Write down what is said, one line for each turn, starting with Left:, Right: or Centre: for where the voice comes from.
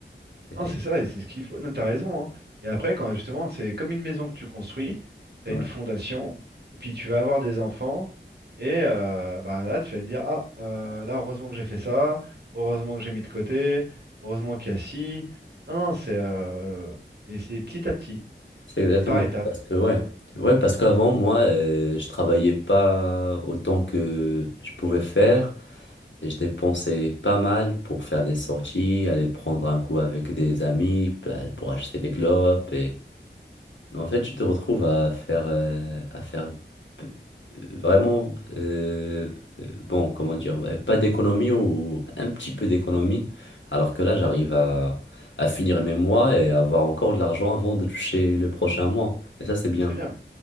Right: Non,
Left: Et,
Right: c'est ça, et c'est ce qu'il faut. Non, t'as raison, hein. Et après, quand justement, c'est comme une maison que tu construis, t'as
Left: ouais.
Right: une fondation, et puis tu vas avoir des enfants, et euh, bah là, tu vas te dire, ah, euh, là, heureusement que j'ai fait ça, heureusement que j'ai mis de côté, heureusement qu'il y a ci. Non, non, c'est euh, et c'est petit à petit,
Left: C'est exactement
Right: c'est par étapes.
Left: ça. Parce que, ouais. Ouais, parce qu'avant, moi, euh, je travaillais pas autant que je pouvais faire et je dépensais pas mal pour faire des sorties, aller prendre un coup avec des amis, bah, pour acheter des clopes en fait, tu te retrouves à faire, euh, à faire p- euh, vraiment, euh, euh, bon, comment dire, ouais, pas d'économie ou un petit peu d'économie, alors que là, j'arrive à, à finir mes mois et avoir encore de l'argent avant de toucher le prochain mois. Et ça, c'est bien.
Right: C'est bien.